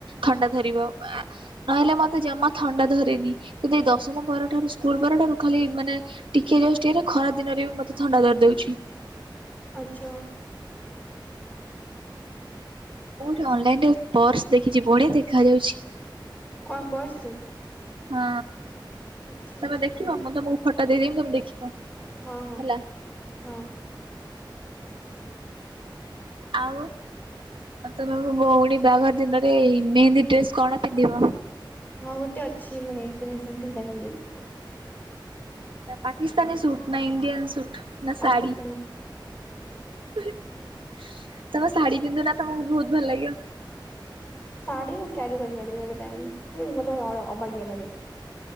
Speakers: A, on the right; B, on the left.
A: ଥଣ୍ଡା ଧରିବ ଆ ନହେଲେ ମତେ ଜମା ଥଣ୍ଡା ଧରିନି କିନ୍ତୁ ଏ ଦଶମ ପରଠାରୁ ସ୍କୁଲ ପରଠାରୁ ଖାଲି ମାନେ ଟିକିଏ ଯଷ୍ଟ ଇଏ ରେ ଖରା ଦିନରେ ବି ମତେ ଥଣ୍ଡା ଧରି ଦଉଚି।
B: ଆଛା।
A: ମୁଁ ଗୋଟେ ଅନଲାଇନ ରେ ପର୍ସ ଦେଖିଛି ବଢ଼ିଆ ଦେଖା ଯାଉଛି।
B: କଣ ପର୍ସ ଟେ
A: ହଁ
B: ଆଚ୍ଛା ଆଚ୍ଛା
A: ତମେ ଦେଖିବ ମୁଁ ତମକୁ ଫଟୋ ଦେଇଦେମି ତମେ ଦେଖିବ।
B: ହଁ
A: ହେଲା
B: ହଁ।
A: ଆଉ ତ ତମେ ମୋ ଭଉଣୀ ବାହାଘର ଦିନରେ ମେହେନ୍ଦୀ ଡ୍ରେସ କଣ ପିନ୍ଧିବ।
B: ହଁ ଗୋଟେ ଅଛି ମୁଁ ନେଇଥିଲି ସେମିତି ସେକୁ ପିନ୍ଧିବି।
A: ସେ ପାକିସ୍ତାାନୀ ସୂଟ ନା ଇଣ୍ଡିିୟନ ସୂଟ। ନା
B: ପାକିସ୍ତାନୀ।
A: ସାଢି ତାଙ୍କ ଶାଢୀ ପିନ୍ଧୁ ନା ତମକୁ ବହୁତ ଭଲ ଲାଗିବ।
B: ଶାଢ଼ୀ ମୁଁ କ୍ୟାରି କରିପାରିବିନି ଏତେ ଟାଇମ୍ ମତେ ବଡ ଅ ଅବାଗିଆ ଲାଗେ।